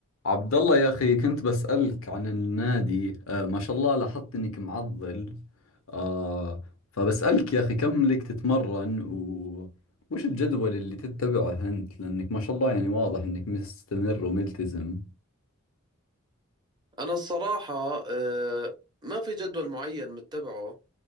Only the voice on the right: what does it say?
أنا الصراحة آه، ما في جدول معين متبعه